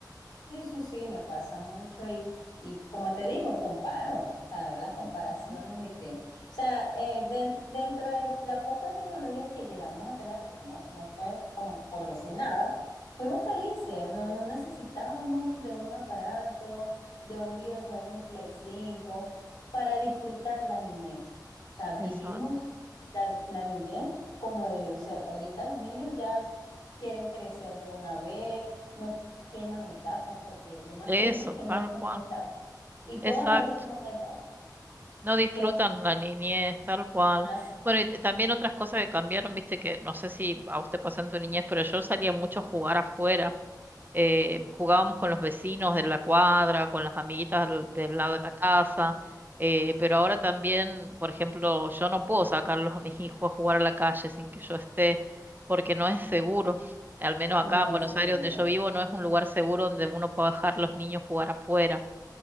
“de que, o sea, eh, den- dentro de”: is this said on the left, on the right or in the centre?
Left